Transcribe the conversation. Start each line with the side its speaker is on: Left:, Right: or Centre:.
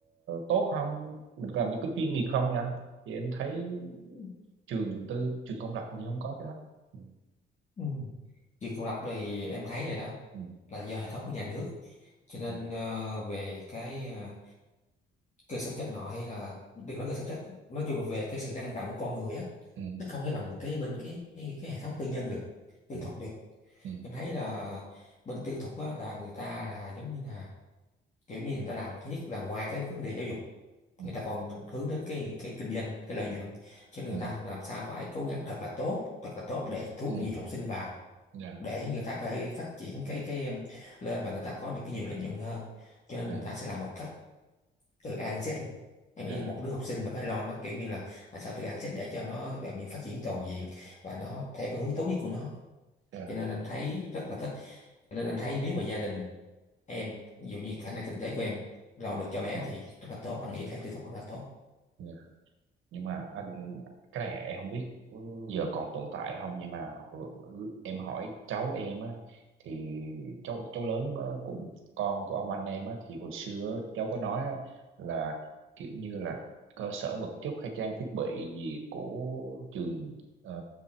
Right: tốt không mình làm có chuyên nghiệp không vậy anh thì em thấy
Left: ừ.
Right: trường tư trường công lập hình như không có cái đó ừ
Left: ừ. trường công lập thì em thấy rồi đó
Right: ừ
Left: là do hệ thống của nhà nước cho nên
Right: dạ,
Left: ờ, về cái ờ, cơ sở chất nọ hay là đừng nói cơ sở chất nói chung là về cái sự năng động của con người á
Right: ừ
Left: nó không thể bằng cái bên cái cái, cái hệ thống tư nhân được tư
Right: ừ
Left: thục được
Right: ừ
Left: em thấy là bên tư thục á, là người ta là giống như là kiểu như người ta làm thứ nhất là ngoài cái vấn đề giáo dục
Right: ừ
Left: người ta còn hướng đến cái cái kinh doanh cái lợi nhuận cho nên người
Right: ừ
Left: ta làm sao phải cố gắng thật là tốt thật là tốt để thu
Right: ừ,
Left: hút nhiều học sinh vào
Right: dạ
Left: để người ta có thể phát triển cái cái em, lên và người ta có được cái nhiều lợi nhuận hơn cho nên
Right: dạ
Left: người ta sẽ làm một cách từ A đến Z luôn em
Right: dạ
Left: nghĩ một đứa học sinh mà phải lo nó kiểu như là làm sao từ A đến Z để cho nó làm những phát triển toàn diện và nó theo cái hướng tốt nhất của nó
Right: dạ
Left: cho nên anh thấy rất là thích cho nên anh thấy nếu mà gia đình em ví dụ như khả năng kinh tế của em lo được cho bé
Right: ờ,
Left: thì rất là tốt anh nghĩ theo tư tưởng rất là tốt
Right: yeah. nhưng mà anh cái này em không biết giờ còn tồn tại không nhưng mà hồi- em hỏi cháu em á thì cháu cháu lớn á, của con của ông anh em á thì hồi xưa á, cháu có nói á, là kiểu như là cơ sở vật chất hay trang thiết bị gì của trường ờ,